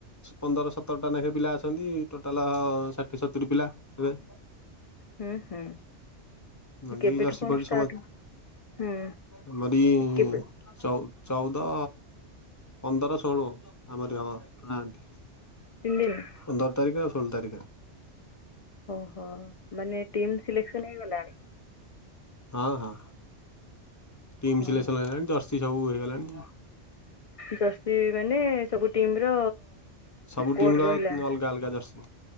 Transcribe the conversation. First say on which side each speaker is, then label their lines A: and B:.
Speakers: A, on the left; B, on the left.
A: ପନ୍ଦର ସତରଟା ଲେଖେ ପିଲା ଅଛନ୍ତି ଟୋଟାଲ ଷାଠିଏ ସତୁରି ପିଲା ହେବେ।
B: ହୁଁ ହୁଁ
A: ନଦି
B: କେବେଠୁ
A: ଜର୍ସି
B: କଣ
A: ଫର୍ସି
B: ଷ୍ଟାର୍ଟ
A: ସମ
B: ହୁଁ
A: ଆମରି
B: କେବେ
A: ଚଉ ଚଉଦ ପନ୍ଦର ଷୋହଳ ଆମରି ହବ ଟୁର୍ଣ୍ଣାମେ୍ଟ।
B: ତିନି ଦିନ?
A: ପନ୍ଦର ତାରିଖ ଆଉ ଷୋଳ ତାରିଖରେ।
B: ଓହୋ ମାନେ ଟିମ୍ ସିଲେକ୍ସନ ହେଇଗଲାଣି?
A: ହଁ। ଟିମ୍
B: ହଁ।
A: ସିଲେକ୍ସନ୍ ହେଇଗଲାଣି ଜର୍ସି ସବୁ ହେଇଗଲାଣି।
B: ଜର୍ସି ମାନେ ସବୁ ଟିମ୍ ର
A: ସବୁ
B: କୋଡ୍
A: ଟିମ୍ ର
B: ରହିଲା।
A: ଅଲଗା ଅଲଗା ଜର୍ସି